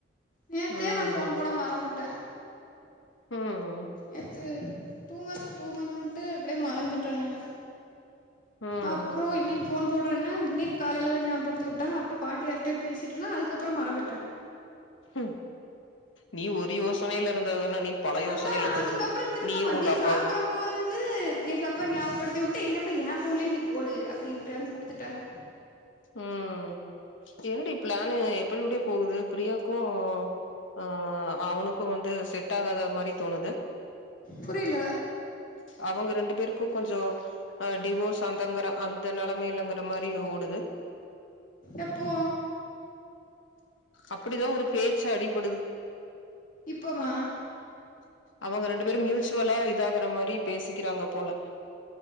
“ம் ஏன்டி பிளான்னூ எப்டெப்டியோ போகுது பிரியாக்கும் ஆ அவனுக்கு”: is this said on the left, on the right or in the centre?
Left